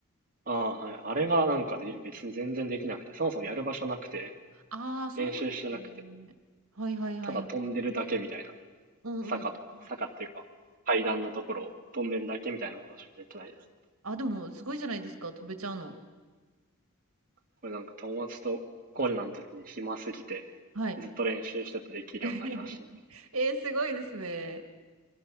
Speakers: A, on the right; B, on the right.
A: ああ、はい。あれがなんかで、別に全然できなくて、そもそもやる場所なくて、
B: ああ、そうなんです
A: 練習してなくて、
B: ね。はいはいはい。
A: ただ飛んでるだけみたいな。
B: うんうん。
A: 坂とか、坂っていうか、階段のところを飛んでるだけみたいなことしかできないです。
B: あ、でも、すごいじゃないですか。飛べちゃうの。
A: これなんか友達とコロナの時に暇すぎて、
B: はい。
A: ずっと練習しててできるようになりましたね。
B: <laughs> えー、すごいですね。